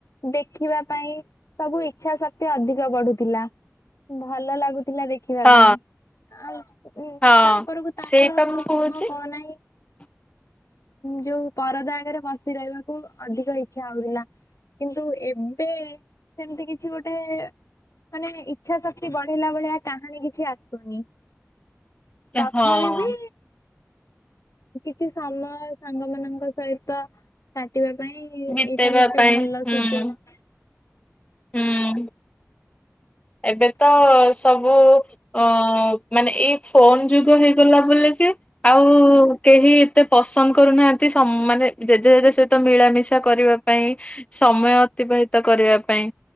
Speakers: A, on the left (about 75°); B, on the left (about 25°).
A: ଦେଖିବା ପାଇଁ ସବୁ ଇଚ୍ଛା ଶକ୍ତି ଅଧିକ ବଢୁଥିଲା। ଭଲ ଲାଗୁଥିଲା ଦେଖ୍ ଦେଖିବା
B: ହଁ
A: ପାଇଁ, ଆଉ
B: ହଁ
A: ତା ପରକୁ ତାଙ୍କର
B: ସେଇଟା
A: କଣ
B: ମୁଁ କହୁଛି
A: ହବ କଣ ନାହିଁ
B: <inaudible>
A: ଯୋଉ ପରଦା ଆଗରେ ବସି ରହିବାକୁ ଅଧିକ ଇଚ୍ଛା ହଉଥିଲା। କିନ୍ତୁ ଏବେ ସେମିତି କିଛି ଗୋଟେ ମାନେ ଇଚ୍ଛା ଶକ୍ତି ବଢେଇଲା ଭଳିଆ କାହାଣୀ କିଛି ଆସୁନି।
B: ହଁଅ।
A: ତଥାପି ବି କିଛି ସମୟ ସାଙ୍ଗ ମାନଙ୍କ ସହିତ କାଟିବା ପାଇଁ-ଇ-ଇ ଏଇଟା
B: ବିତେଇବା
A: ଗୋଟେ
B: ପାଇଁ
A: ଭଲ
B: ହୁଁ
A: ସୁଯୋଗ।
B: ହୁଁ। ଏବେ ତ
A: <inaudible>
B: ସବୁ ଅ-ଅ-ଅ ମାନେ ଏଇ ଫୋନ୍ ଯୁଗ ହେଇଗଲା ବୋଲିକି ଆଉ-ଉ-ଉ କେହି ଏତେ ପସନ୍ଦ କରୁନାହାନ୍ତି ସମ୍ ମାନେ ଜେଜେ ଜେଜେ ସହିତ ମିଳାମିଶା କରିବାକୁ। ପାଇଁ ସମୟ ଅତିବାହିତ କରିବା ପାଇଁ,